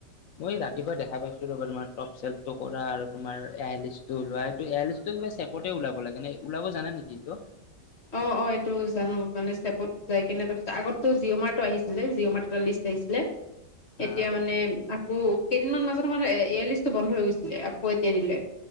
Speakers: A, on the left; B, on the left.
A: মই ৰাতিপুৱা দেখা পাইছোঁ ৰ'বা, তোমাৰ টপ ছেল্বটো কৰা আৰু তোমাৰ এই আই লিষ্টটো ওলোৱা। এইটো এ আই লিষ্টটো টো চেপতে ওলাব লাগে নে ওলাব জানা নেকি ইটো?
B: অ' - অ' এইটো জানো, মানে ছেবত যাইকেনে তাৰপিছত- আগততো জি অ' মাৰ্টোৰ আহিছিলে। জি অ' মাৰ্টৰ এটা লিষ্ট আহিছিলে।
A: হা
B: এতিয়া মানে আকৌ কেইদিনমান মাজতে আমাৰ এ- এয়াৰলিষ্টটো বন্ধ হৈ গৈছিলে, আকৌ এতিয়া দিলে।